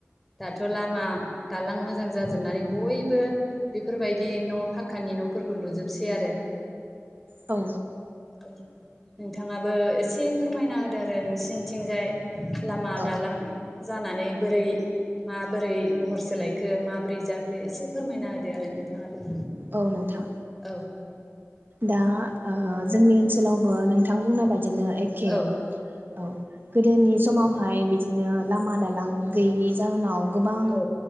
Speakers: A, in the centre; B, on the right.
A: दाथ' लामा दालां मोजां जाजोबनानै बयबो बेफोरबायदि न' फकानि न'। फोरखौ लुजोबसै आरो।
B: औ।
A: औ नोंथाङाबो एसे फोरमायना होदो आरो नोंसिनिथिंजाय। लामा
B: औ
A: दालां जानानै बोरै। माबोरै महर सोलायखो? माबोरै जाखो? एसे फोरमायना होदो आरो नोंथाङाबो।
B: औ नोंथां।
A: औ
B: दा जोंनि ओनसोलावबो नोंथां बुंनाय बायदि। बिदिनो एखे,
A: औ
B: औ। गोदोनि समावहाय बिदिनो लामा दालां गैयिनि जााहोनाव। गोबां
A: औ